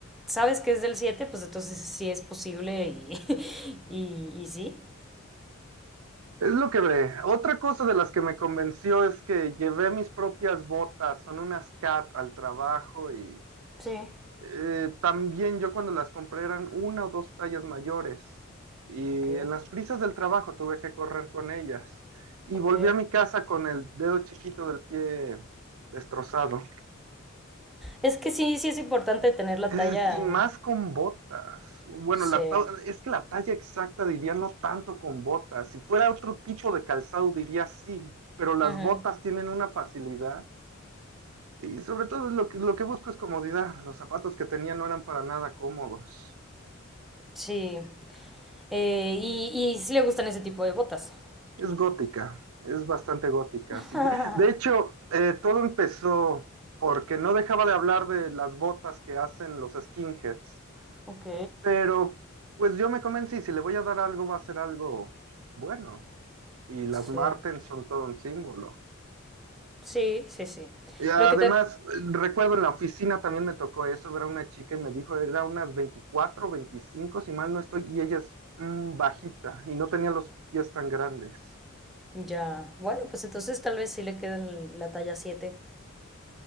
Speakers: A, in the centre; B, on the right (about 85°).
A: sabes que es del 7 pues entonces sí es posible y, <laughs> y, y sí.
B: Es lo que ve. Otra cosa de las que me convenció es que llevé mis propias botas, son unas cat al trabajo y
A: Sí,
B: eh, también yo cuando las compré eran una o dos tallas mayores y
A: ok,
B: en las prisas del trabajo tuve que correr con ellas y
A: ok.
B: volví a mi casa con el dedo chiquito del pie destrozado.
A: Es que sí, sí es importante tener la
B: Es-
A: talla.
B: y más con botas. Bueno,
A: Sí,
B: la ta- es que la talla exacta diría no tanto con botas. Si fuera otro tipo de calzado diría sí, pero las
A: ujú,
B: botas tienen una facilidad y sobre todo lo que, lo que busco es comodidad. Los zapatos que tenía no eran para nada cómodos.
A: sí. Eh, y, y sí le gustan ese tipo de botas.
B: Es gótica, es bastante gótica.
A: <laughs>
B: Así que, de hecho, eh, todo empezó porque no dejaba de hablar de las botas que hacen los skinheads.
A: Ok,
B: Pero pues yo me convencí, si le voy a dar algo, va a ser algo bueno. Y las
A: sí.
B: Martens son todo un símbolo.
A: Sí, sí, sí.
B: Y además,
A: Lo que te...
B: eh, recuerdo en la oficina también me tocó eso, ver a una chica y me dijo, era unas 24, 25. si mal no estoy, y ella es mm, bajita y no tenía los pies tan grandes.
A: Ya, bueno, pues entonces tal vez sí le queda el- la talla siete